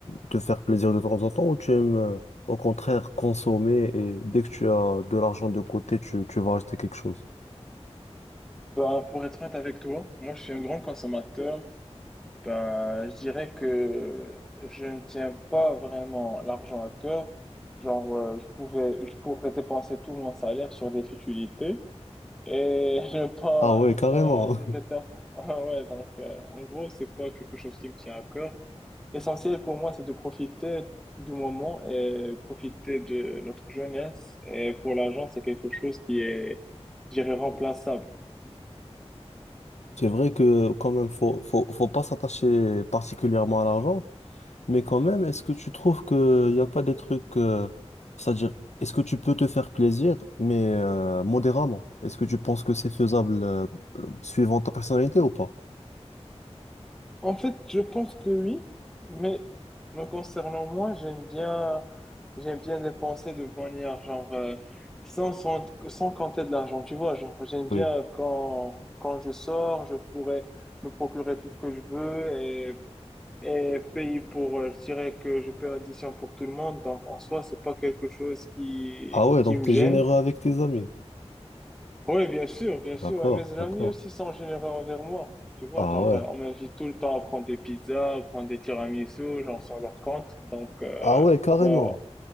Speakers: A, on the left; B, in the centre.
A: te faire plaisir de temps en temps ou tu aimes euh, au contraire consommer et dès que tu as de l'argent de côté, tu, tu vas acheter quelque chose?
B: Ben, pour être honnête avec toi, moi je suis un grand consommateur. Ben, je dirais que je ne tiens pas vraiment l'argent à cœur. Genre, euh, je pouvais, je pourrais dépenser tout mon salaire sur des futilités et <laughs> ne pas,
A: Ah ouais,
B: ne
A: carrément.
B: pas regretter.
A: <laughs>
B: <laughs> Ah ouais, donc euh, en gros, c'est pas quelque chose qui me tient à cœur. L'essentiel pour moi, c'est de profiter du moment et profiter de notre jeunesse. Et pour l'argent, c'est quelque chose qui est, je dirais, remplaçable.
A: C'est vrai que quand même, faut, faut, faut pas s'attacher particulièrement à l'argent. Mais quand même, est-ce que tu trouves qu'il n'y a pas des trucs, euh, c'est-à-dire, est-ce que tu peux te faire plaisir, mais euh, modérément? Est-ce que tu penses que c'est faisable euh, euh, suivant ta personnalité ou pas?
B: En fait, je pense que oui, mais me concernant moi, j'aime bien, j'aime bien dépenser de manière genre euh, sans, sans, sans compter de l'argent, tu vois, genre j'aime bien
A: Oui.
B: quand quand je sors, je pourrais me procurer tout ce que je veux et, et payer pour, euh, je dirais que je paie l'addition pour tout le monde, donc en soi, c'est pas quelque chose qui
A: Ah ouais,
B: qui
A: donc
B: me
A: t'es
B: gêne.
A: généreux avec tes amis.
B: Oui, bien sûr, bien sûr.
A: D'accord,
B: Et mes amis
A: d'accord.
B: aussi sont généreux envers moi. Tu vois,
A: Ah
B: genre,
A: ouais.
B: euh, on m'invite tout le temps à prendre des pizzas, à prendre des tiramisu, genre, sur leur compte. Donc, euh,
A: Ah ouais, carrément.
B: pourquoi...